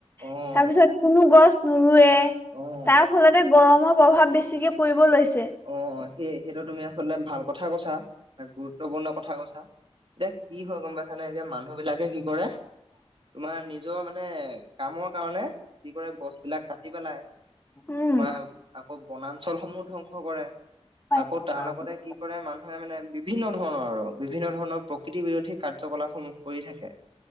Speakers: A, on the right; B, on the left.
A: অ',
B: যে তাৰপিছত কোনো গছ নোৰোৱে
A: অ',
B: তাৰ ফলতে গৰমৰ প্ৰভাৱ বেছিকে পৰিব লৈছ
A: অ সেই সেইটো তুমি আচলতে ভাল কথা কৈছা, গুৰুত্বপূৰ্ণ কথা কৈছা, এতিয়া কি হয় গম পাইছানে? এতিয়া মানুহ বিলাকে কি কৰে তোমাৰ নিজৰ মানে কামৰ কাৰণে কি কৰে, গছ বিলাক কাটি পেলাই,
B: উম
A: তোমাৰ আকৌ বনাঞ্চলসমূহ ধ্বং কৰে
B: হয়
A: আকৌ তাৰ লগতে কি কৰে, মানুহে মানে বিভিন্ন ধৰণৰ আৰু বিভিন্ন ধৰণৰ প্ৰকৃতি বিৰোধী কাৰ্যকলাপ সমূহ কৰি থাকে।